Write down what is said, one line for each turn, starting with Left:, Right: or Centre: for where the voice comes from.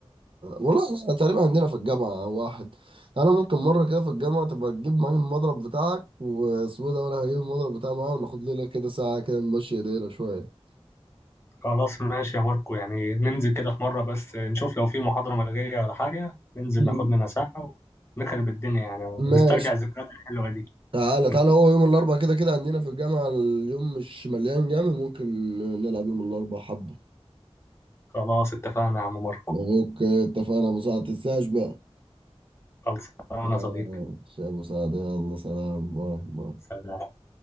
Right: والله احنا تقريبا عندنا في الجامعه واحد انا ممكن مره كده في الجامعه تبقى تجيب معاك المضرب بتاعك وسوى ده ولا هجيب المضرب بتاعي معايا وناخد لنا كده ساعه كده نمشي ايدينا شويه
Left: خلاص ماشي يا ماركو يعني ننزل كده في مرة بس نشوف لو في محاضرة ملغية ولا حاجة ننزل
Right: مم.
Left: ناخد لنا ساعة ونخرب الدنيا يعني نسترجع
Right: ماشي
Left: الذكريات الحلوة دي
Right: تعالى
Left: <laughs>
Right: تعالى هو يوم الاربعاء كده كده عندنا في الجامعه اليوم مش مليان جامد ممكن نلعب يوم الاربعاء حبه
Left: خلاص اتفقنا يا عم ماركو
Right: اوكي اتفقنا ابو سعد تنساش بقى
Left: خلص أنا
Right: ماشي
Left: صديقي
Right: يا ابو سعد يلا سلام باي باي
Left: سلام